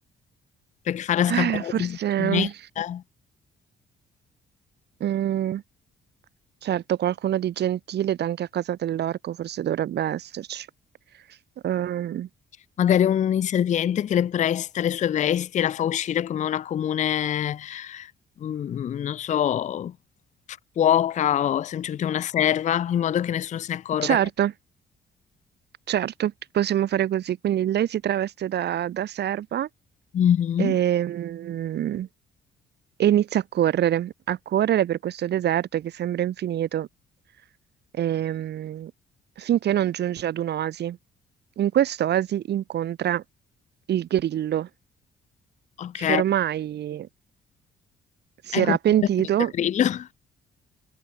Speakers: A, on the left; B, on the right.
A: perché farà scappare
B: Eh, forse...
A: così facilmente.
B: mm, Certo, qualcuno di gentile ed anche a casa dell'orco forse dovrebbe esserci. Ehm,
A: magari un inserviente che le presta le sue vesti e la fa uscire come una comune, mm, non so, cuoca o semplicemente una serva, in modo che nessuno se ne accorga.
B: certo, certo, possiamo fare così. Quindi lei si traveste da, da serva
A: Mhm.
B: ehm, e, inizia a correre, a correre per questo deserto che sembra infinito, ehm, finché non giunge ad un'oasi. In quest'oasi incontra il grillo,
A: Ok,
B: che ormai si
A: ecco
B: era pentito.
A: dove è finito il grillo. <laughs>